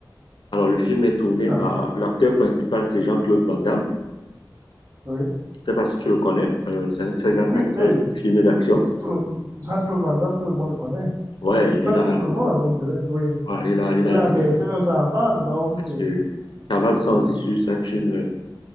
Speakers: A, on the left; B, on the right.
A: Alors, le film est tourné
B: Ah,
A: par l'acteur principal, c'est Jean-Claude Van Damme.
B: oui,
A: Je sais pas si tu le connais. Euh, c'est un très grand
B: oui,
A: acteur
B: hey,
A: de film et d'action.
B: tout, le- Jean-Claude Van Damme, tout le monde le connaît.
A: Ouais,
B: Presque
A: il a,
B: tout le monde, on dirait. Oui,
A: ouais, il a, il a,
B: il a bercé notre enfance, donc,
A: sur
B: euh,
A: Cavale sans
B: oui.
A: issue, c'est un film euh,